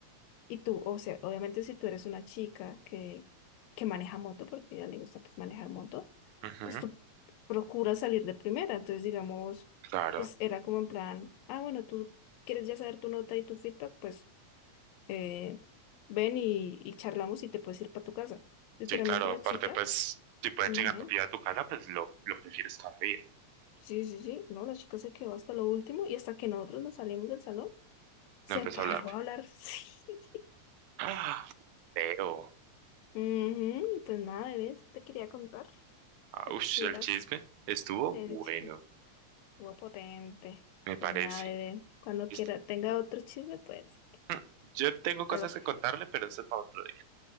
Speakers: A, on the left; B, on the right.
A: Y tú, o sea, obviamente si tú eres una chica que, que maneja moto, porque a ella le gusta pues manejar moto,
B: Ujú,
A: pues
B: ujú,
A: tú procuras salir de primera. Entonces, digamos,
B: Claro.
A: pues era como en plan, ah, bueno, tú quieres ya saber tu nota y tu feedback, pues eh, ven y, y charlamos y te puedes ir para tu casa. Literalmente
B: Sí, claro.
A: la
B: Aparte,
A: chica,
B: pues, si puedes
A: ujú,
B: llegar rápido a tu casa, pues lo, lo prefieres toda la vida.
A: sí, sí, sí, no, la chica se quedó hasta lo último y hasta que nosotros nos salimos del salón, se
B: No empiezo
A: paró
B: a hablar.
A: a hablar. <laughs> Sí. sí.
B: ¡Ah! feo.
A: Ujú, pues nada, bebé, eso te quería contar. para
B: ush,
A: que estuvieras
B: el chisme estuvo
A: el
B: bueno,
A: chisme estuvo potente.
B: me
A: Pues
B: parece.
A: nada, bebé, cuando
B: Es-
A: quiera, tenga otro chisme, pues,
B: Mm, Yo tengo
A: te
B: cosas
A: lo-
B: que contarle, pero eso es para otro día.